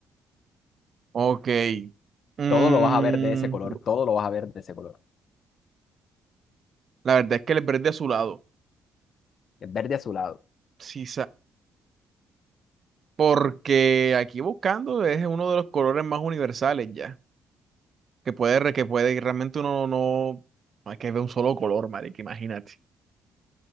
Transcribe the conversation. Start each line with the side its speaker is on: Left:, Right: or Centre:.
Right: Ok. Mm,
Left: Todo lo vas a ver de ese color, todo lo vas a ver de ese color.
Right: la verdad es que le perdí a su lado.
Left: Es verde azulado.
Right: Sí, Porque aquí buscando es uno de los colores más universales ya. Que puede, re- que puede, y realmente uno no. no hay que ver un solo color, marica, imagínate.